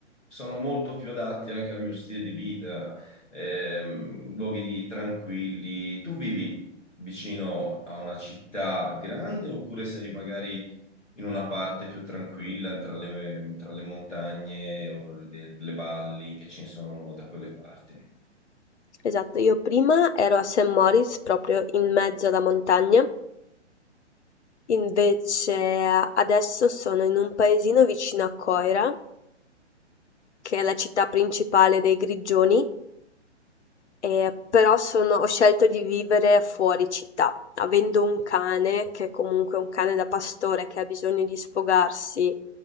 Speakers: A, on the left; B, on the left.
A: sono molto più adatti anche al mio stile di vita, ehm, luoghi di- tranquilli. Tu vivi vicino a una città grande oppure sei magari in una parte più tranquilla tra le, tra le montagne o le, le valli che ci sono da quelle parti?
B: Esatto, io prima ero a St. Moritz, proprio in mezzo alla montagna, invece adesso sono in un paesino vicino a Coira che è la città principale dei Grigioni, eh, però sono- ho scelto di vivere fuori città, avendo un cane, che è comunque un cane da pastore che ha bisogno di sfogarsi,